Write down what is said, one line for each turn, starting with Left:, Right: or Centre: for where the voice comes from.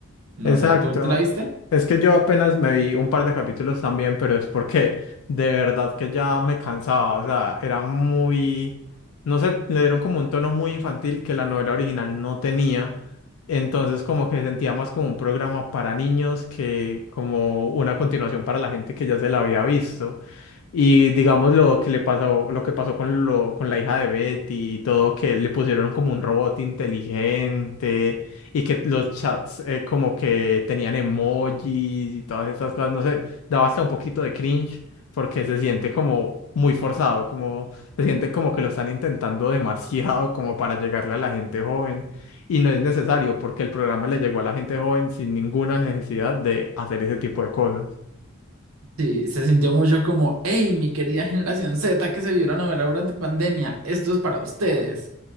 Right: No
Left: Exacto.
Right: sé, ¿tú te la viste?
Left: Es que yo apenas me vi un par de capítulos también, pero es porque de verdad que ya me cansaba. O sea, era muy, no sé, le dieron como un tono muy infantil que la novela original no tenía. Entonces como que sentía más como un programa para niños que como una continuación para la gente que ya se la había visto. Y digamos lo que le pasó, lo que pasó con lo, con la hija de Betty y todo, que le pusieron como un robot inteligente y que los chats eh, como que tenían emojis y todas estas cosas, no sé, daba hasta un poquito de cringe porque se siente como muy forzado, como se siente como que lo están intentando demasiado como para llegarle a la gente joven y no es necesario porque el programa le llegó a la gente joven sin ninguna necesidad de hacer ese tipo de cosas.
Right: Sí, se sintió mucho como, hey, mi querida generación Z que se vio la novela durante pandemia, esto es para ustedes.